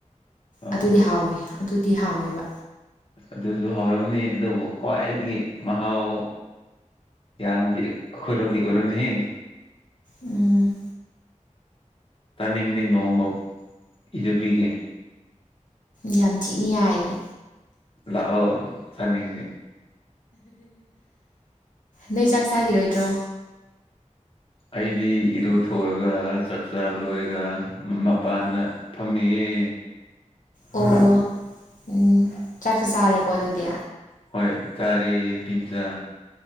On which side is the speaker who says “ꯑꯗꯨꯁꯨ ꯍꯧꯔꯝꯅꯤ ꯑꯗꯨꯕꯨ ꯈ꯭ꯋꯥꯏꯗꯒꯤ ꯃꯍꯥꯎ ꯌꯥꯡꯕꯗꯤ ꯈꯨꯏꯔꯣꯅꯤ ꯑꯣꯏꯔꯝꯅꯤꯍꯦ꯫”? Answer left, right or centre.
Left